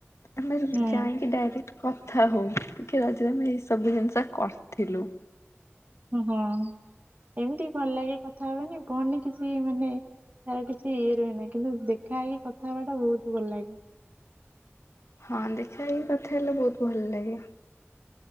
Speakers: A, on the left (about 85°); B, on the right (about 35°).
A: ଆମେ
B: ହୁଁ
A: ଯାଇଁକି ଡାଇରେକ୍ଟ କଥା ହଉ କି ରଜ ରେ ଆମେ ଏଇ ସବୁ ଜିନିଷ କ ଥିଲୁ।
B: ହଁ ଏମିତି ଭଲ ଲାଗେ କଥା ହବାନା ଫୋନରେ କିଛି ମାନେ। ତାର କିଛି ଇଏ ରହେନା କିନ୍ତୁ ଦେଖା ହେଇକି କଥା ହବାଟା ବହୁତ ଭଲ ଲାଗେ।
A: ହଁ ଦେଖା ହେଇ କଥା ହେଲେ ବହୁତ ଭଲ ଲାଗେ।